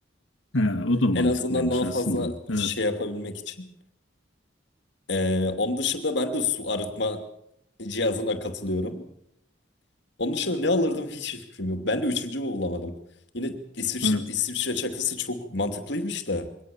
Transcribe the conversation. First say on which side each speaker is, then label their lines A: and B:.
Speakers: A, on the left; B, on the left.
A: He, o da mantıklıymış
B: En azından daha
A: aslında.
B: fazla
A: Evet,
B: şey yapabilmek için. Ee, onun dışında ben de su arıtma cihazına katılıyorum. Onun dışında ne alırdım hiç fikrim yok. Ben de üçüncümü bulamadım. Yine İsviçre,
A: evet,
B: İsviçre çakısı çok mantıklıymış da.